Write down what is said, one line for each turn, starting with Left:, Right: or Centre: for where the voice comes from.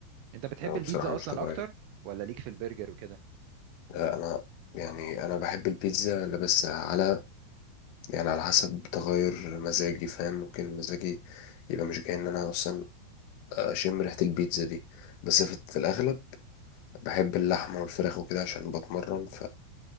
Right: انت بتحب
Left: هو
Right: البيتزا
Left: بصراحة مش
Right: اصلا
Left: طبيعي
Right: اكتر ولا ليك في البرجر وكده
Left: لا، انا يعني انا بحب البيتزا اللي بس على يعني على حسب تغير مزاجي فاهم ممكن مزاجي يبقى مش جاي ان انا اصلا اشم ريحه البيتزا دي بس في في الاغلب بحب اللحمه والفراخ وكده عشان بتمرن